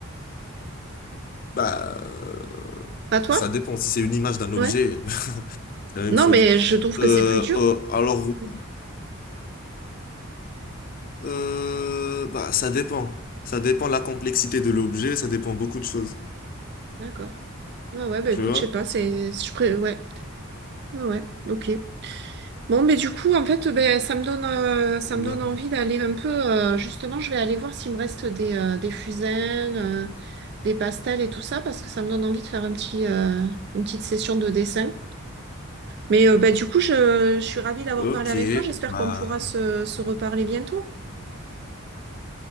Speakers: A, on the left (about 45°); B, on the right (about 55°).
A: Bah, euh,
B: Pas toi?
A: ça dépend. Si c'est une image d'un objet,
B: Ouais.
A: <laughs> c'est la même
B: Non,
A: chose.
B: mais je trouve
A: Euh,
B: que c'est plus dur.
A: euh, alors, oui,
B: Mm.
A: euh, bah, ça dépend. Ça dépend de la complexité de l'objet, ça dépend beaucoup de choses.
B: D'accord. Ouais, ouais, bah
A: Tu
B: écoute,
A: vois?
B: je sais pas, c'est... Je pré... Ouais. Ouais, ouais, ok. Bon, mais du coup, en fait, ben, ça me donne, euh, ça
A: Bah,
B: me donne envie d'aller un peu... euh, justement, je vais aller voir s'il me reste des, euh, des fusains. euh, des pastels et tout ça parce que ça me donne envie de faire un petit, euh, une petite session de dessin. Mais euh, bah, du coup, je, je suis ravie d'avoir
A: Ok,
B: parlé avec toi. J'espère
A: bah,
B: qu'on pourra se, se reparler bientôt.